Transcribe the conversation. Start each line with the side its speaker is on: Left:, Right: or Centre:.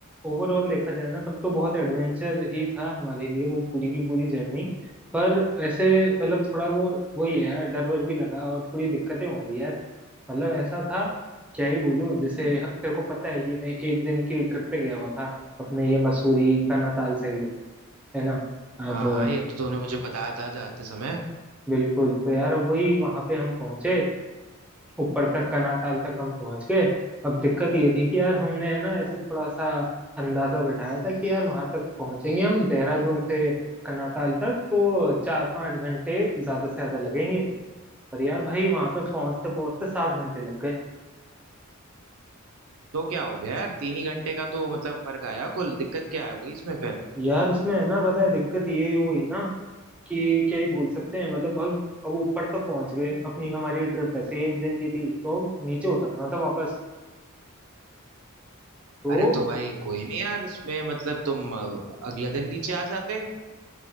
Centre: ओवरऑल देखा जाए ना तब तो बहुत एडवेंचर ही था हमारे लिए वो पूरी की पूरी जर्नी पर ऐसे मतलब थोड़ा वो वही है यार डर वर भी लगा और थोड़ी दिक्कतें हो गई यार मतलब ऐसा था क्या ही बोलूं जैसे तेरे को पता है कि मैं एक दिन की ट्रिप पे गया हुआ था अपने ये मसूरी का नताल साइड में है ना अब
Right: हाँ हाँ ये तो तूने मुझे बताया था जाते समय
Centre: बिल्कुल तो यार अब वही वहां पे हम पहुंचे ऊपर तक कनाताल तक हम पहुंच गए अब दिक्कत ये थी कि यार हमने है ना ऐसे थोड़ा सा अंदाजा बिठाया था कि यार वहां तक पहुंचेंगे हम देहरादून से कनाताल तक तो चार पांच घंटे ज्यादा से ज्यादा लगेंगे पर यार भाई वहां पे पहुंचते पहुंचते सात घंटे लग गए
Right: तो क्या हो गया यार तीन ही घंटे का तो मतलब फर्क आया कुल दिक्कत क्या हो गई इसमें फिर
Centre: यार इसमें है ना पता है दिक्कत ये हुई ना कि क्या ही बोल सकते हैं मतलब अब अब ऊपर तक पहुंच गए अपनी हमारी ट्रिप वैसे ही एक दिन की थी तो नीचे उतरना था वापस तो
Right: अरे तो भाई कोई नहीं यार इसमें मतलब तुम अ, अगले दिन नीचे आ जाते